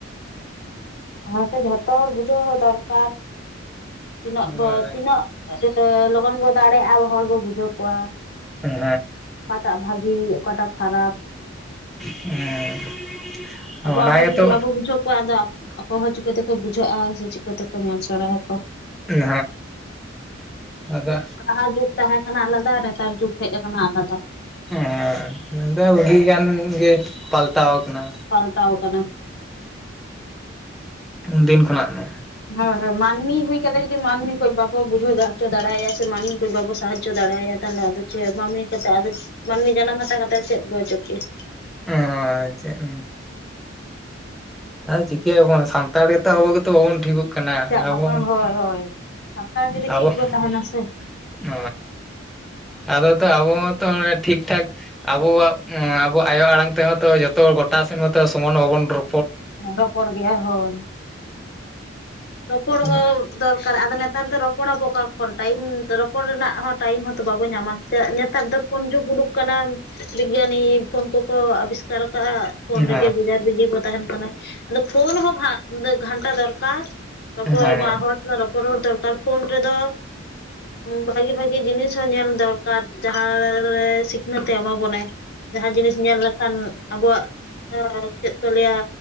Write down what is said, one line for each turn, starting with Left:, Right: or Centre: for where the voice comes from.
Left: ᱚᱱᱟᱛᱮ ᱡᱷᱚᱛᱚ ᱦᱚᱲ ᱵᱩᱡᱷᱟᱹᱣ ᱦᱚᱸ ᱫᱚᱨᱠᱟᱨ ᱛᱤᱱᱟᱹᱜ
Centre: ᱦᱳᱭ
Left: ᱵᱟᱹ ᱛᱤᱱᱟᱹᱜ ᱥᱮ ᱞᱚᱜᱚᱱ ᱵᱚ ᱫᱟᱲᱮᱭᱟᱜ-ᱟ ᱟᱵᱚ ᱦᱚᱲ ᱵᱚ ᱵᱩᱡᱷᱟᱹᱣ ᱠᱚᱣᱟ᱾
Centre: ᱦᱮᱸ
Left: ᱚᱠᱟᱴᱟᱜ ᱵᱷᱟᱹᱜᱤ ᱚᱠᱟᱴᱟᱜ ᱠᱷᱟᱨᱟᱯ
Centre: ᱦᱮᱸ
Left: ᱟᱵᱚ
Centre: ᱚᱱᱟ
Left: ᱟᱵᱚ
Centre: ᱜᱮᱛᱚ
Left: ᱡᱩᱫᱤ ᱵᱟᱵᱚᱱ ᱵᱩᱡᱷᱟᱹᱣ ᱠᱚᱣᱟ ᱟᱫᱚ ᱟᱠᱚ ᱦᱚᱸ ᱪᱩᱠᱟᱹ ᱛᱮᱠᱚ ᱵᱩᱡᱟᱹᱜ-ᱟ ᱥᱮ ᱪᱮᱫ ᱡᱚᱛᱚᱠᱚ ᱠᱚ ᱧᱮᱞ ᱥᱮᱬᱟᱭᱟᱠᱚ
Centre: ᱦᱮᱸ ᱟᱫᱚ
Left: ᱞᱟᱦᱟ ᱡᱩᱜᱽ ᱛᱟᱦᱮᱸ ᱠᱟᱱᱟ ᱟᱞᱮᱫᱟ ᱱᱮᱛᱟᱨ ᱡᱩᱜᱽ ᱦᱮᱡ ᱠᱟᱱᱟ ᱟᱞᱟᱫᱟ
Centre: ᱦᱮᱸ ᱫᱚ ᱱᱚᱰᱮ ᱟᱹᱰᱤ ᱜᱟᱱ ᱜᱮ ᱯᱟᱞᱴᱟᱣ ᱠᱟᱱᱟ᱾
Left: ᱯᱟᱞᱴᱟᱣ ᱠᱟᱱᱟ
Centre: ᱩᱱᱫᱤᱱ ᱠᱷᱚᱱᱟᱜ ᱢᱮ
Left: ᱦᱳᱭ ᱦᱳᱭ ᱢᱟᱹᱱᱢᱤ ᱦᱩᱭ ᱠᱟᱛᱮ ᱡᱩᱫᱤ ᱢᱟᱹᱱᱢᱤ ᱠᱷᱚᱡ ᱵᱟᱵᱚ ᱵᱩᱡᱷᱟᱹᱣ ᱫᱟᱲᱮ ᱦᱚᱪᱚ ᱫᱟᱲᱟᱭᱟ ᱥᱮ ᱢᱟᱹᱱᱢᱤ ᱠᱚ ᱵᱟᱵᱚ ᱥᱟᱦᱟᱡᱚ ᱫᱟᱲᱮᱟᱭᱟ ᱛᱟᱦᱚᱞᱮ ᱟᱫᱚ ᱪᱮᱫ ᱢᱟᱹᱱᱢᱤ ᱠᱟᱛᱮᱫ ᱟᱫᱚ ᱢᱟᱹᱱᱢᱤ ᱡᱟᱱᱟᱢ ᱦᱟᱛᱟᱣ ᱠᱟᱛᱮᱫ ᱪᱮᱫ ᱵᱚ ᱚᱪᱚ ᱠᱮᱫ-ᱟ᱾
Centre: ᱦᱚᱭ ᱪᱮᱫ ᱮᱢ ᱪᱮᱫ ᱦᱚᱸ ᱥᱟᱱᱛᱟᱲ ᱜᱮ ᱛᱚ ᱟᱵᱚ ᱜᱮᱛᱚ ᱵᱟᱵᱚᱱ ᱴᱷᱤᱠᱩᱜ ᱠᱟᱱᱟ
Left: ᱪᱮᱫ
Centre: ᱟᱵᱚ
Left: ᱵᱟᱠᱚ ᱦᱳᱭ ᱦᱳᱭ ᱥᱟᱱᱛᱟᱲ ᱡᱩᱫᱤ
Centre: ᱟᱵᱚ
Left: ᱴᱷᱤᱠ
Centre: ᱦᱮᱸ
Left: ᱵᱚ ᱛᱟᱦᱮᱱᱟ ᱥᱮ
Centre: ᱟᱫᱚ ᱛᱚ ᱟᱵᱚ ᱛᱚ ᱢᱟᱱᱮ ᱴᱷᱤᱠ ᱴᱷᱟᱠ ᱟᱵᱚᱣᱟᱜ ᱟᱵᱚᱣᱟᱜ ᱟᱭᱳ ᱟᱲᱟᱝ ᱛᱮᱦᱚᱸ ᱛᱚ ᱡᱚᱛᱚ ᱜᱚᱴᱟᱱ ᱥᱮᱱ ᱢᱚᱛᱚ ᱥᱚᱢᱟᱱ ᱦᱚᱸ ᱵᱟᱵᱚᱱ ᱨᱚ
Left: ᱨᱚᱯᱚᱲ ᱜᱮᱭᱟ ᱦᱳᱭ ᱨᱚᱯᱚᱲ
Centre: ᱦᱮᱸ
Left: ᱦᱚᱸ ᱫᱚᱨᱠᱟᱨ ᱟᱫᱚ ᱱᱮᱛᱟᱨ ᱫᱚ ᱨᱚᱯᱚᱲ ᱟᱵᱚ ᱚᱠᱟ ᱴᱟᱭᱤᱢ ᱨᱚᱯᱚᱲ ᱨᱮᱱᱟᱜ ᱦᱚᱸ ᱴᱟᱭᱤᱢ ᱦᱚᱸᱛᱚ ᱵᱟᱵᱚ ᱧᱟᱢᱟ ᱥᱮ ᱱᱮᱛᱟᱨ ᱫᱚ ᱯᱷᱚᱱ ᱡᱩᱜᱽ ᱩᱰᱩᱠ ᱠᱟᱱᱟᱢ ᱵᱤᱜᱽᱜᱟᱱᱤ ᱯᱷᱳᱱ ᱠᱚᱠᱚ ᱟᱵᱤᱥᱠᱟᱨ ᱠᱟᱜ-ᱟ ᱯᱷᱳᱱ
Centre: ᱦᱮᱸ
Left: ᱨᱮᱜᱮ ᱵᱮᱡᱟᱨ ᱵᱤᱡᱤᱨ ᱛᱟᱦᱮᱱ ᱠᱟᱱᱟ ᱟᱫᱚ ᱯᱷᱳᱱ ᱜᱷᱟᱱ ᱦᱚᱸ ᱜᱷᱟᱱᱴᱟ ᱫᱚᱨᱠᱟᱨ ᱨᱚᱯᱚᱲ
Centre: ᱦᱮᱸ
Left: ᱢᱟ ᱦᱚᱲ ᱨᱚᱯᱚᱨ ᱦᱚᱲ ᱫᱚᱨᱠᱟᱨ ᱯᱷᱳᱱ ᱨᱮᱫᱚ ᱵᱷᱟᱜᱤ ᱵᱷᱟᱜᱤ ᱡᱤᱱᱤᱥ ᱦᱚᱸ ᱧᱮᱞ ᱫᱚᱨᱠᱟᱨ ᱡᱟᱦᱟᱸ ᱨᱮ ᱥᱤᱠᱷᱱᱟᱹᱛ ᱮ ᱮᱢᱟ ᱵᱚᱱᱟᱭ ᱡᱟᱦᱟᱸ ᱡᱤᱱᱤᱥ ᱧᱮᱞ ᱞᱮᱠᱷᱟᱱ ᱟᱵᱚᱣᱟᱜ ᱪᱮᱫ ᱠᱚ ᱞᱟᱹᱭ ᱟ